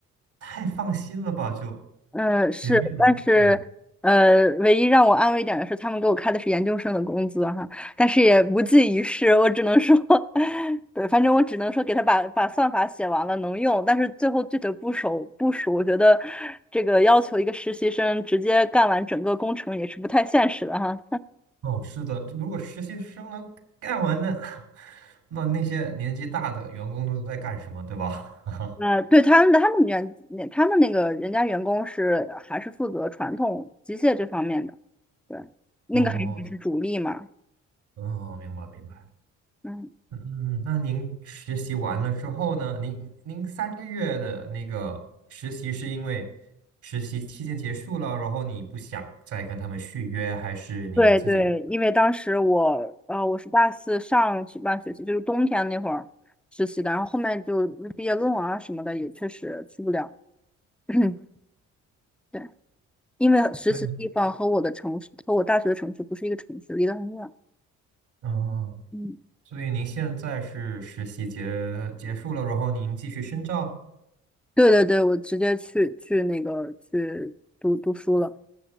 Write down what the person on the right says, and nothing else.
太放心了吧？就
也没有人看着。
哦，是的，如果实习生能干完呢，<laughs> 那那些年纪大的员工都在干什么，对吧？<laughs>
哦，嗯，明白明白。
嗯，嗯那您实习完了之后呢？您您三个月的那个实习是因为实习期间结束了，然后你不想再跟他们续约，还是你有自己的？
对，
嗯，
所以您现在是实习结结束了，然后您继续深造。